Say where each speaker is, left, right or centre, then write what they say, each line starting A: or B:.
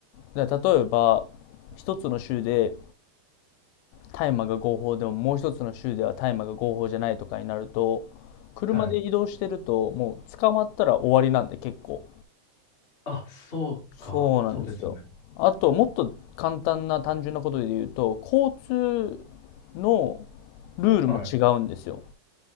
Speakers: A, on the left; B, on the left.
A: 例えば、一つの州で大麻が合法でも、もう一つの州では大麻が合法じゃないとかになると、車で移動してると、
B: はい。
A: もう捕まったら終わりなんで結構。
B: あ、そうか。
A: そうなんですよ。
B: そうですよね。
A: あと、もっと簡単な単純なことで言うと、交通のルールも違うんですよ。
B: は